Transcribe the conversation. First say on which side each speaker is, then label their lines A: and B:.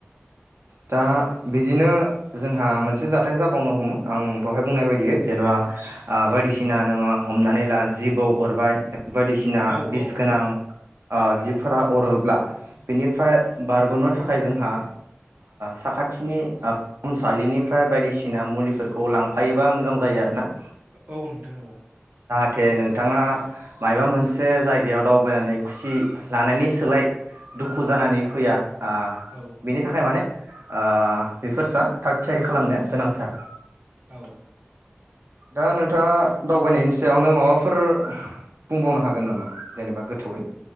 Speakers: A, on the right; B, on the right.
A: दा बिदिनो जोंहा मोनसे जाथाय जाबावनो हमो आं दहाय बुंनाय बायदियै जेन'बा बायदिसिना नोङो हमनानै ला जिबौ अरबाय बायदिसिना
B: औ
A: बिस
B: औ
A: गोनां
B: औ
A: ओ जिबफोरा अरोब्ला बिनिफ्राय बारग'नो थाखाय जोंहा। साखाथिनि फाहामसालिनिफ्राय बायदिसिना मुलिफोरखौ लांफायोबा मोजां जायो आरोना।
B: औ नोंथां औ।
A: जाथे नोंथाङा मायबा मोनसे जायगायाव दावबायनानै खुसि लानायनि सोलाय दुखु जानानै फैया। ओ
B: औ
A: बिनि थाखाय माने। ओ <unintelligible> थाग थियारि खालामनाया गोनांथार।
B: औ।
A: दा नोंथाङा दावबायनायनि सायावनो माबाफोर बुंबावनो हागोन नामा? जेनेबा गोथौयै।